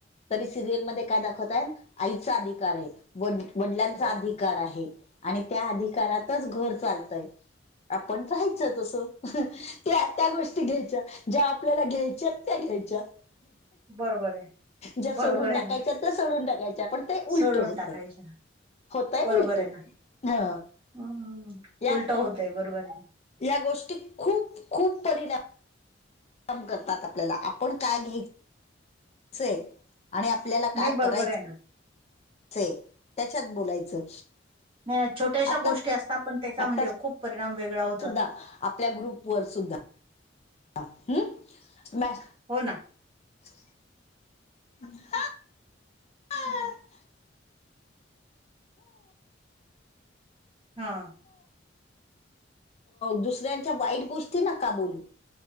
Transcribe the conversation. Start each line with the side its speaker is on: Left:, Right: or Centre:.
Left: तरी सिरियलमध्ये काय दाखवतायेत आहे आईचा अधिकार आहे वड वडिलांचा
Right: हो
Left: अधिकार आहे. आणि त्या अधिकारातच घर चालतय आपण राहायचं तसं त्या त्या गोष्टी घ्यायच्या ज्या आपल्याला घ्यायच्या त्या घ्यायच्या
Right: बरोबर आहे
Left: ज्या
Right: बरोबर
Left: सोडून टाकायच्यायत
Right: आहे ना
Left: त्या सोडून टाकायच्या पण ते उलट
Right: सोडून
Left: होतय
Right: टाकायच्या
Left: होतय
Right: बरोबर
Left: उलट
Right: ये ना
Left: ह
Right: होणं होणं
Left: या
Right: उलट होतय बरोबरये ना.
Left: या गोष्टी खूप खूप परिणा णाम करतात आपल्याला आपण काय घ्यायचंय आणि आपल्याला काय
Right: नाही बरोबर
Left: करायचं
Right: आहे ना
Left: चय त्याच्यात बोलायचं.
Right: म ह्या छोट्याशा
Left: आता
Right: गोष्टी असता पण त्याचा
Left: आता
Right: म्हणजे खूप परिणाम वेगळा होत
Left: सुद्धा आपल्या ग्रुप वर सुद्धा हूं मॅ
Right: हो ना
Left: <inaudible> <unintelligible> <inaudible>
Right: हा
Left: दुसऱ्यांच्या वाईट गोष्टी नका बोलू,